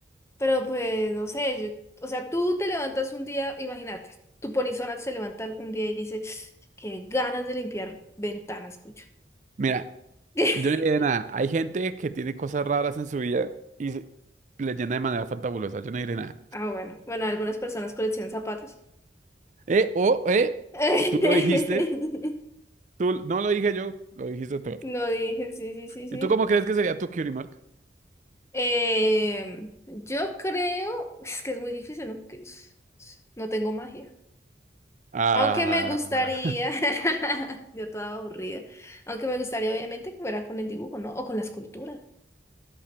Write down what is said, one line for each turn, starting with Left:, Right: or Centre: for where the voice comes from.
Left: Pero pues, no sé, yo- o sea, tú te levantas un día, imagínate, tu polizona se levanta un día y dice, qué ganas de limpiar ventanas, cucho.
Right: Mira,
Left: <laughs>
Right: yo no diré nada. Hay gente que tiene cosas raras en su vida y se- le llena de manera fantabulosa. Yo no diré nada.
Left: Ah, bueno, bueno, algunas personas coleccionan zapatos.
Right: Eh, o, eh,
Left: <laughs>
Right: tú lo dijiste. Tú, no lo dije yo, lo dijiste tú.
Left: No dije, sí, sí, sí, sí.
Right: ¿Y tú cómo crees que sería tu cutie mark?
Left: Em, yo creo, es que es muy difícil, ¿no? Porque es- es- no tengo magia.
Right: Ah,
Left: Aunque me gustaría,
Right: <laughs>
Left: <laughs> yo toda aburrida, aunque me gustaría obviamente que fuera con el dibujo, ¿no? O con la escultura.